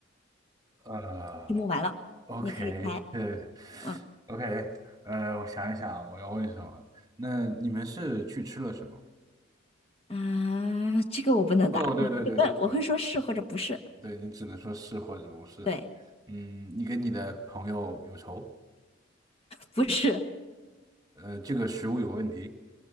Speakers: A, on the right; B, on the left.
A: 呃
B: 就目完了，
A: ，OK，
B: 你可以猜，
A: 对
B: 嗯
A: ，OK，呃，我想一想啊，我要问什么？那你们是去吃了什么？
B: 啊，这个我不能答，
A: 哦，对对对，
B: 你可以问，我会说是或者不是，
A: 这个。对你只能说是或者不是。
B: 对，
A: 嗯，你跟你的朋友有仇，
B: 不是，
A: 呃，这个食物有问题，